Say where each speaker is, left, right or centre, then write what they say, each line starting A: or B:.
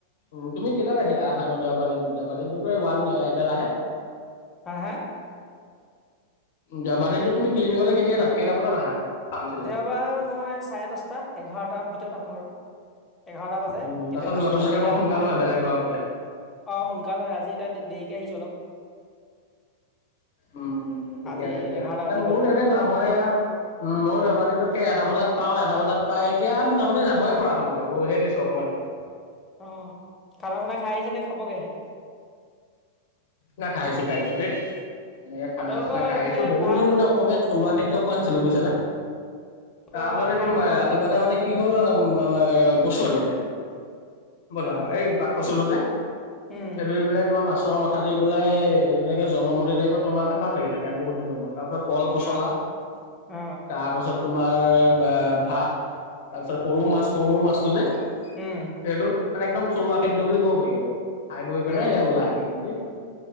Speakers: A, on the left; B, on the left.
A: উম তুমি কেইটাত আহি আহানো দেওবাৰ দিনটো দেওবাৰ দিনটোতো ওৱান এবেলাহে
B: হা হা
A: দেওবাৰ দিনটোত তুমি ক্লিনিকলৈ কেতিয়া আ কেইটা বজাত আহা ফাৰ্মাচীলে
B: দেওবাৰ মই চাৰে দশটা এঘাৰটাৰ ভিতৰত আহো আৰু এঘাৰটা বাজে
A: উম তাৰপাছত
B: কেতিয়াবা
A: যোৱাটো
B: আজি
A: চাগে অকণ
B: তাৰ
A: সোনকাল হয় বেলেগ বাৰতকে
B: অ সোনকাল হয় আজি এতিয়া দেৰিকে আহিছো অলপ
A: উম-উম ঠিকে
B: আজি
A: আছে দিয়া
B: এঘাৰটা বাজি
A: এ মোৰো
B: গ'ল
A: তেনেকুৱা মই এয়া উম ম‌ইও দেওবাৰ দিনটোত এটা বজাত পাওঁ এটা বজাত পাই এতিয়া মোটামুটি যাবই পৰা হ'লো আৰু ৰৈ হে দিছো অকণমান টাইম
B: অ খানা-চানা খাই আহিছে নে খাবগে?
A: না খাইছো খাইছো দেই এনেকে খানা-চানা
B: আপোনালোকৰ
A: খাই
B: সেইফালে
A: আহিছো বহুত
B: ভাল
A: দিন মানে অসমীয়াত থলুৱা খাদ্য পোৱা নাছিলো বুজিছা নে
B: আপোনালোকৰ
A: তাৰপিছতে
B: সেইফালে ভাল বাৰু
A: ৰাতিপুৱাতে মানে কি হ'ল আহ কচু আনিলে বজাৰ
B: অ
A: পৰা এই বাত কছুটো যে
B: উম
A: সেই ধৰি পেলাই তোমাৰ মাছৰ মাছ ভাজি পেলাই তেনেকে জনমত টাইপত বনালে ভাল লাগিলে কাই বহুত দিনৰ মূৰত তাৰপিছত কল
B: অ
A: পচলা
B: অ
A: তাৰপাছত তোমাৰ বা ভাত তাৰপিছত সৰু মাছ সৰু-সৰু মাছটো যে
B: উম
A: সেইটো মানে একদম থলুৱা খাদ্য বুলি কব পাৰি আৰু খাই বৈ
B: অ
A: পেলাই এ ওলাই আহিলো দেই তামোল